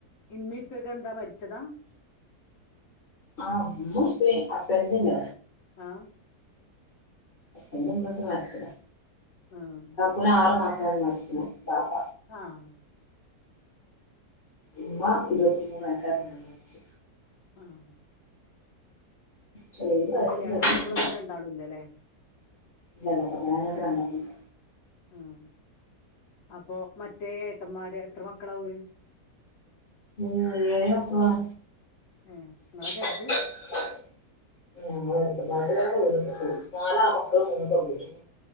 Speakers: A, on the left (about 65°); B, on the left (about 40°).
A: ഇമ്മിപ്പ്യൊക്കെ എന്താ മരിച്ചതാ
B: ആഹ് ഉമ്മിം ഉപ്പിം ഹസ്ബൻ്റിനില്ല
A: ആഹ്
B: ഹസ്ബസിൻ്റെ ഇമ്മിപ്പിം മരിച്ചതാ
A: ആഹ്
B: ഒരാറ് മാസായപ്പം മരിച്ചിണ് ബാപ്പ
A: ആഹ്
B: ഇമ്മ ഇരുപത്തി മൂന്ന് വയസായപ്പം മരിച്ച്
A: ആഹ്
B: ചെറിയ
A: ഇങ്ങളെ
B: പ്രായത്തില്
A: കല്യാണം
B: മരിച്ച്
A: കഴിഞ്ഞപ്പളൊന്നും രണ്ടാളും ഇല്ലലെ
B: ഇല്ലല്ല അപ്പം ഞാനിങ്ങട്ട് വന്നപ്പല
A: അഹ് അപ്പം മറ്റേ ഏട്ടന്മാര് എത്ര മക്കളാ ഓര്
B: ഓല് എഴ് മക്കളാണ്
A: ഏ നിങ്ങളാ
B: <unintelligible>
A: ചെറുത്
B: നാല് ആൺമക്കളും മൂന്ന് പെണ്ണും